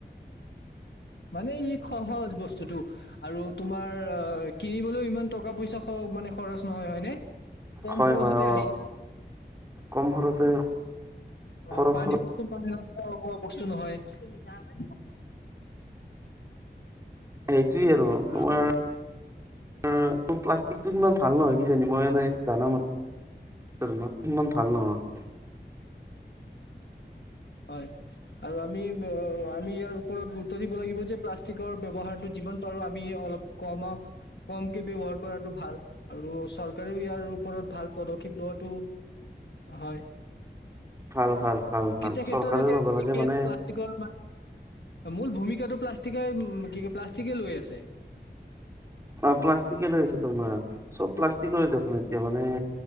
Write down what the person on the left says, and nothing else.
মানে ই, খহজ বচ টো আৰু তোমাৰ অ', কিনিবলৈও ইমান টকা, পইচা খ-মানে খৰচ নহয় হয়নে? কম
খৰচতে
আহিচ
অ',
পানী
<unintelligible>
অ
হয়, আৰু আমি, আমি ইয়াৰ ওপৰত গুৰুত্ব দিব লাগিব যে, প্লাষ্টিকৰ ব্যৱহাৰটো যি যিমান পাৰোঁ, আমি অলপ কমা-কমকে ব্যৱহাৰ কৰাতোঁ ভাল আৰু চ চৰকাৰেও ইয়াৰ ওপৰত ভাল পদক্ষেপ লোৱাটো, হয়।
সেইটো
যেতিয়া
দেখি
আছোঁ, প্লষ্টিকৰ মূল ভূমিকাটো প্লাষ্টিকে কি ক প্লাষ্টিকে লৈ আছে।